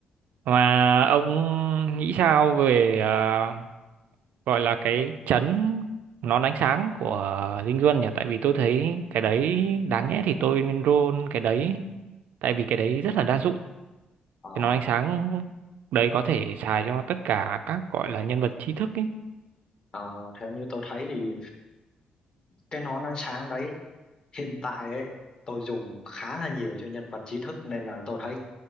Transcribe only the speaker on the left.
Ờ,
Ờ, theo như tôi thấy thì cái nón ánh sáng đấy hiện tại ấy tôi dùng khá là nhiều cho nhân vật trí thức nên là tôi thấy